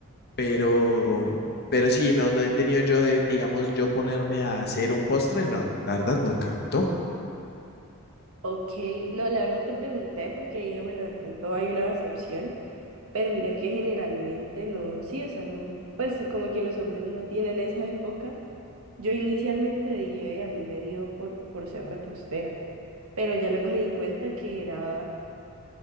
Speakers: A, on the left; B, on the right.
A: pero, pero sí, no, no he tenido yo de, digamos, yo ponerme a hacer un postre, no, la verdad, nunca. ¿Tú?
B: Ok, no, la verdad te pregunté porque dije, bueno, de pronto hay una excepción. Pero mira que generalmente no, sí, o sea, no, pues como que los hombres no tienen esa época. Yo inicialmente dije, "Ve, a mí me dio por, por ser repostera, pero ya luego me di cuenta que era,